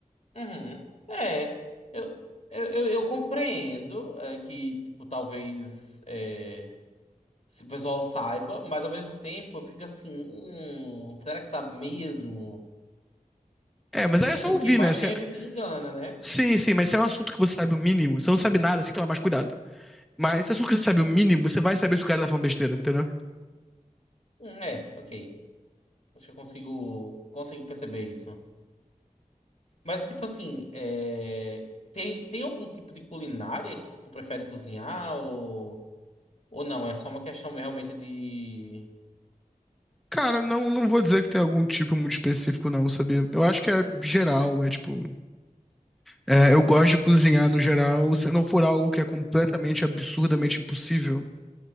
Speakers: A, on the left; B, in the centre.
A: Uhum. É, eu, eu, eu, eu compreendo é, que, tipo, talvez é, se o pessoal saiba, mas ao mesmo tempo eu fico assim, hum, será que sabe mesmo?
B: É, mas
A: Porque
B: aí é só
A: assim, o
B: ouvir,
A: que mais
B: né? Se
A: tem
B: é-
A: a gente engana, né?
B: Sim, sim, mas se é um assunto que você sabe o mínimo, você não sabe nada, você tem que tomar mais cuidado. Mas se a você sabe o mínimo, você vai saber se o cara tá falando besteira, entendeu?
A: Hum, é, ok. Acho que eu consigo, consigo perceber isso. Mas, tipo assim, é, tem, tem algum tipo de culinária que tu prefere cozinhar ou, ou não? É só uma questão realmente de.
B: Cara, não, não vou dizer que tem algum tipo muito específico, não, sabia? Eu acho que é geral, é tipo. é, eu gosto de cozinhar no geral. Se não for algo que é completamente, absurdamente impossível,